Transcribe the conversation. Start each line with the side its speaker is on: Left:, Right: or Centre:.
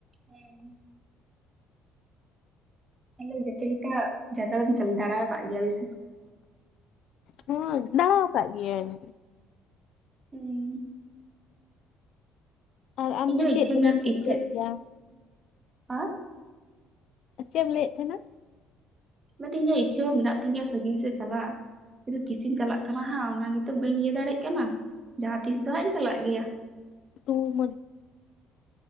Right: ᱦᱮᱸ <unintelligible> ᱡᱚᱛ ᱞᱮᱠᱟ ᱡᱟᱭᱜᱟ ᱨᱮᱢ ᱪᱟ ᱫᱟᱲᱮ ᱟᱠᱟᱫ ᱜᱮᱭᱟ ᱵᱮᱥ
Left: ᱦᱚᱸ ᱫᱟᱬᱟᱣᱠᱫ ᱜᱤᱭᱟᱹᱧ
Right: ᱦᱩ
Left: ᱟᱨ ᱟᱢᱫᱚ
Right: ᱤᱧ ᱦᱚᱸ
Left: ᱪᱮᱫ
Right: ᱤᱪᱪᱷᱟᱹ
Left: ᱫᱚᱢᱮᱢ
Right: ᱢᱮᱱᱟᱜ
Left: ᱠᱩᱥᱤᱭᱟᱜ
Right: ᱤᱪᱪᱷᱟᱹ
Left: ᱜᱮᱭᱟ?
Right: ᱟ
Left: ᱪᱮᱫ ᱮᱢ ᱞᱟᱹᱭᱮᱫ ᱛᱟᱦᱮᱱᱟ?
Right: ᱢᱮᱫᱴᱝ ᱤᱧᱟᱹᱜ ᱤᱪᱪᱷᱟᱹ ᱦᱚᱸ ᱢᱮᱱᱟᱜ ᱛᱤᱧ ᱜᱮᱭᱟ ᱥᱟᱺᱟᱹᱜᱤᱧ ᱥᱮᱫ ᱪᱟᱞᱟᱜ ᱛᱤᱥᱤᱧ ᱪᱟᱞᱟᱜ ᱠᱟᱱᱟ ᱦᱟᱸᱜ ᱚᱱᱟ ᱜᱮᱛᱚ ᱵᱟᱹᱧ ᱞᱟᱹᱭ ᱫᱟᱲᱮᱭᱟᱜ ᱠᱟᱱᱟ ᱡᱟᱦᱟᱸ ᱛᱤᱥ ᱫᱚ ᱦᱟᱸᱜ ᱤᱧ ᱪᱟᱞᱟᱜ ᱜᱮᱭᱟ
Left: <unintelligible>